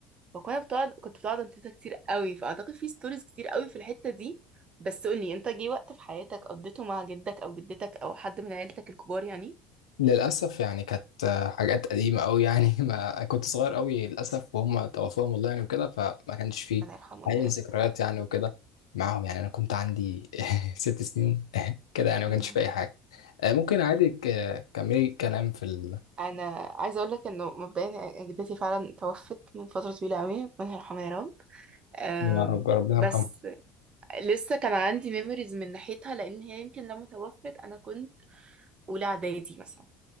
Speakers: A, on the right (about 35°); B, on the left (about 80°).
A: فكنا بتقعد كنت بتقعد عند تيتا كتير قوي فأعتقد في ستوريز كتير قوي في الحتة دي بس قولي أنت جه وقت في حياتك قضيته مع جدك أو جدتك أو حد من عيلتك الكبار يعني
B: للأسف يعني كانت آه، حاجات قديمة أوي يعني <laughs> ما كنت صغير أوي للأسف وهم توفوهم الله يعني وكده فما كانش فيه
A: ربنا يرحمهم
B: أي
A: يا رب
B: ذكريات يعني وكده معاهم يعني أنا كنت عندي <laughs> ست سنين <laughs> كده يعني ما
A: مم.
B: كانش فيه أي حاجة آه، ممكن عادي ك- كملي كلام في ال...
A: انا عايزه اقول لك انه مبدئيا جدتي فعلا توفت من فتره طويله قوي ربنا يرحمها يا رب أم،
B: يا رب ربنا
A: بس
B: يرحمه
A: لسه كان عندي ميموريز من ناحيتها لان هي يمكن لما توفت انا كنت اولى اعدادي مثلا